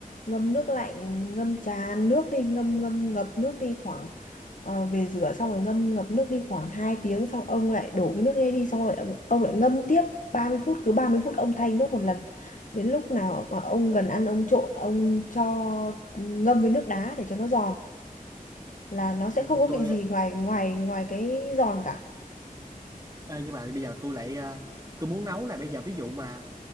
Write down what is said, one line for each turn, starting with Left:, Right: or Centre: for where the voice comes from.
Left: ngâm nước lạnh ngâm tràn nước đi ngâm ngâm ngập nước đi khoảng ờ, về rửa xong rồi ngâm ngập nước đi khoảng hai tiếng xong ông lại đổ cái nước đấy đi xong rồi ông ông lại ngâm tiếp ba mươi phút cứ 30 phút ông thay nước một lần đến lúc nào mà ông gần ăn ông trộn ông cho ngâm với nước đá để cho nó giòn là nó sẽ
Right: Ê,
Left: không
Right: như
Left: có vị
Right: tôi
Left: gì ngoài ngoài ngoài cái giòn cả
Right: Ê, nhưng mà bây giờ tôi lại ờ, tôi muốn nấu này bây giờ ví dụ mà